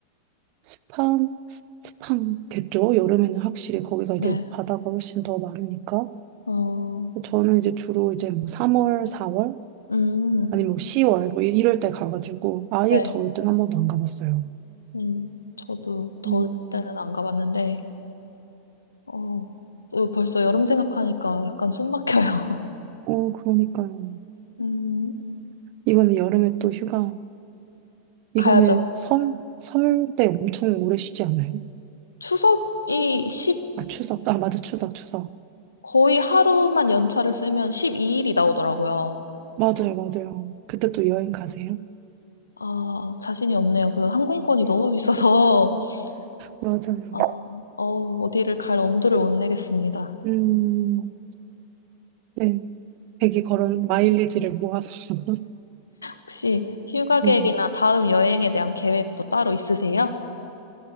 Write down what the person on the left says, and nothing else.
네. 네,
어,
음,
네,
음, 저도 더울
때는 안 가봤는데, 어, 저 벌써 여름 생각하니까 약간 숨 막혀요. <laughs>
음,
가야죠.
추석이 십
거의 하루만 연차를 쓰면 12일이 나오더라고요.
아, 자신이 없네요. 그 항공권이 너무 비싸서, <laughs>
아, 어, 어디를 갈 엄두를 못 내겠습니다.
혹시 휴가 계획이나
다음 여행에 대한 계획도 따로 있으세요?